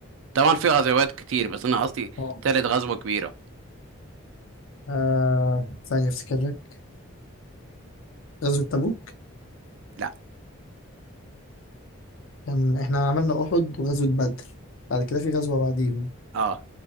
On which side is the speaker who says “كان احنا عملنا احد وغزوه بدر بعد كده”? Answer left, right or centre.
Left